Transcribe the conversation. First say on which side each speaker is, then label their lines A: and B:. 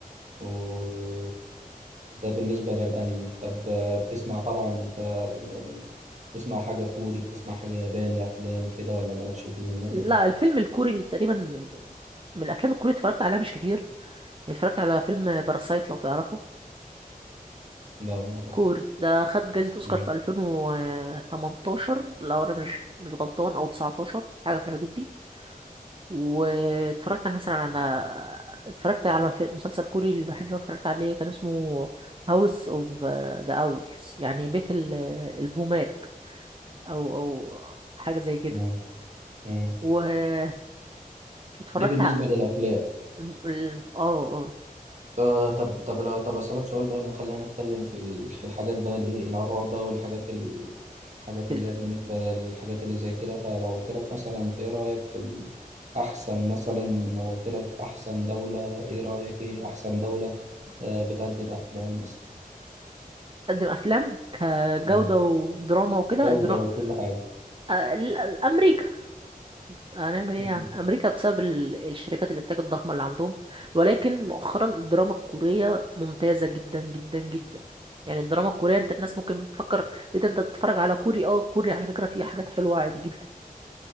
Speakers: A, on the right; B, on the right.
A: وده بالنسبة للأنمي طب آه، بتسمع طبعا أنت آه، بتسمع حاجة كوري بتسمع حاجة ياباني أفلام كده ولا مالكش فيهم ولا
B: لا
A: إيه؟
B: الفيلم الكوري اللي تقريبا من الافلام الكوري اتفرجت عليها مش كتير يعني اتفرجت على فيلم باراسايت لو تعرفه
A: لا ما أعرف
B: كوري ده خد جائزة اوسكار
A: مم.
B: في 2018 لو انا مش مش غلطان او 19 حاجة في الحدود دي واتفرجت على مثلا على اتفرجت على في مسلسل كوري الوحيد اللي انا اتفرجت عليه كان اسمه هاوس اوف ذا اولز يعني بيت ال- البومات او او حاجة زي كده
A: مم. مم.
B: و- واتفرجت
A: دي بالنسبة للأفلام
B: الم- الم- اه اه
A: آه طب طب لا طب أسألك سؤال بقى خلينا نتكلم في ال- في الحاجات بقى الايه الآراء بقى والحاجات ال- الحاجات
B: ال-
A: اللي هي بالنسبة للحاجات اللي زي كده فلو قلت لك مثلا انت ايه رأيك في ال- أحسن مثلا لو قلت لك أحسن دولة ايه رأيك ايه أحسن دولة آه بتقدم أفلام مثلا
B: بتقدم افلام كجوده
A: مم.
B: ودراما وكده
A: جودة
B: الدرا...
A: وكل حاجة
B: آه، ال- امريكا هنعمل ايه
A: مم.
B: يعني امريكا بسبب ال- الشركات الانتاج الضخمه اللي عندهم ولكن مؤخرا الدراما الكوريه ممتازه جدا جدا جدا يعني الدراما الكوريه انت الناس ممكن تفكر ايه ده انت بتتفرج على كوري اه كوري على فكره فيه حاجات حلوه عادي جدا